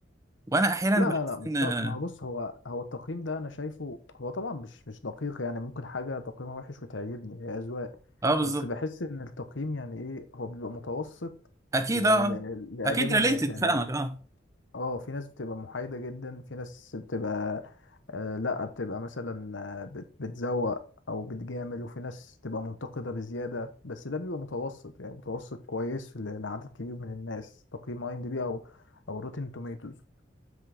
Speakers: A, on the right (about 15°); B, on the left (about 80°).
A: وانا احيانا
B: لا
A: بحس
B: لا لا مش
A: ان
B: شرط ما هو بص هو هو التقييم ده انا شايفه هو طبعا مش مش دقيق يعني ممكن حاجه تقييمها وحش وتعجبني هي اذواق
A: اه بالظبط
B: بس بحس ان التقييم يعني ايه هو بيبقى متوسط
A: اكيد
B: ل... ل...
A: اه
B: لاعجاب
A: اكيد
B: الناس
A: ريليتد
B: يعني
A: فاهمك اه
B: اه في ناس بتبقى محايدة جدا في ناس بتبقى آه لا بتبقى مثلا آه، بت- بتزوق او بتجامل وفي ناس تبقى منتقدة بزيادة بس ده بيبقى متوسط يعني متوسط كويس ل- لعدد كبير من الناس تقييم اي ام دي بي او او روتين توميتوز